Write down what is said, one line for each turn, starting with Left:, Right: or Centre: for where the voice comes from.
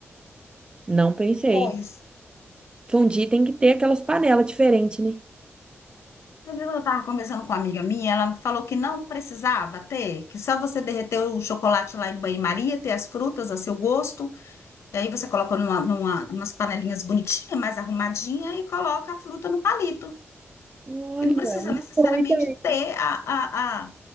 Right: Não pensei.
Left: Pois.
Right: Fondue tem que ter aquelas panelas diferentes, né?
Left: Eu estava conversando com uma amiga minha, ela falou que não precisava ter, que só você derreter o chocolate lá em banho-maria, ter as frutas a seu gosto. E aí você coloca numa, numa, umas panelinhas bonitinhas, mais arrumadinha, e coloca a fruta no palito.
Right: Olha,
Left: Que não precisa
Right: é uma
Left: necessariamente
Right: boa ideia.
Left: ter a, a, a,